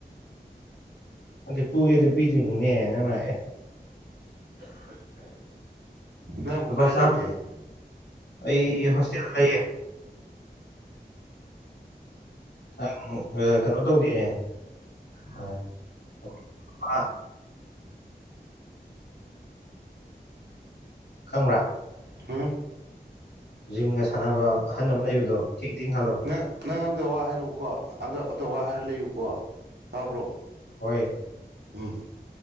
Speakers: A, on the left; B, on the right.
A: ꯅꯠꯇꯦ ꯄꯨꯒꯦꯗꯤ ꯄꯤꯗꯣꯏꯅꯤꯅꯦ ꯅꯪꯅ ꯑꯦ
B: ꯅꯪꯕꯨ
A: ꯂꯨꯄꯥ
B: ꯀꯥꯏ
A: ꯆꯥ
B: ꯂꯩꯒꯦ
A: ꯑꯩ ꯍꯣꯁꯇꯦꯜꯗ ꯂꯩꯌꯦ <unintelligible> ꯑꯥ ꯀꯩꯅꯣ ꯇꯧꯗꯦ <inaudible> ꯈꯪꯕ꯭ꯔꯥ
B: ꯍꯝ
A: ꯖꯤꯝꯒ ꯁꯥꯟꯅꯕ ꯑꯍꯟ ꯑꯃ ꯂꯩꯕꯗꯣ ꯊꯦꯡ ꯊꯦꯡ ꯍꯜꯂꯛ
B: ꯅꯪ ꯅꯪ ꯑꯝꯇ ꯋꯥ ꯍꯥꯏꯔꯛꯎꯀꯣ ꯑꯝꯇ ꯑꯝꯇ ꯋꯥ ꯍꯥꯏꯔ ꯂꯩꯌꯨꯀꯣ ꯇꯥꯕ꯭ꯔꯣ
A: ꯍꯣꯏ
B: ꯎꯝ